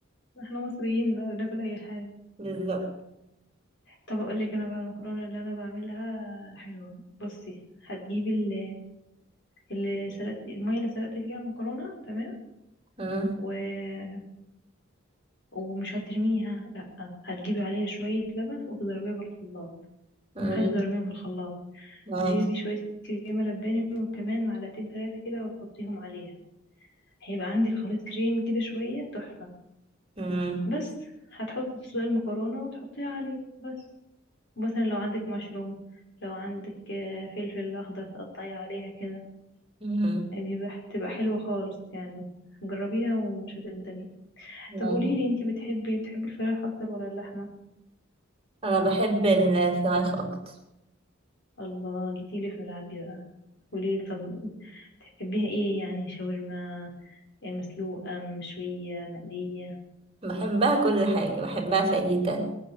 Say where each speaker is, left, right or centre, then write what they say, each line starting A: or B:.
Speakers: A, on the left (about 60°); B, on the right (about 30°).
A: احنا مصريين بقى بناكل اي حاجه
B: بالظبط
A: طب اقولك انا بقى المكرونه اللي انا بعملها حلوه بصي هتجيبي ال اللي سلقت المية اللي سلقت فيها المكرونة تمام
B: مم،
A: و... ومش هترميها لأ هتجيبي عليها شوية لبن وتضربيها في الخلاط
B: مم،
A: أهم حاجة تضربيهم في الخلاط
B: ماشي
A: تجيبي شوية كريمة لباني وكمان معلقتين تلاتة كده وتحطيهم عليها هيبقى عندك خليط كريم كده شوية تحفة
B: مم.
A: بس هتحطي تسلقي المكرونة وتحطيها عليه بس مثلا لو عندك مشروم لو عندك آه، فلفل أخضر تقطعي عليها كده
B: مم.
A: يعني بيبقى بتبقى حلوة خالص يعني جربيها ومش هتندمي
B: مم.
A: طب قوليلي انتي بتحبي بتحبي الفراخ أكتر ولا اللحمة
B: انا بحب الفراخ اكتر
A: الله جيتيلي في ملعبي بقى قوليلي طب بتحبيها ايه يعني شاورما إيه، مسلوقة مشوية مقلية
B: بحبها كل حاجه بحبها فاهيتا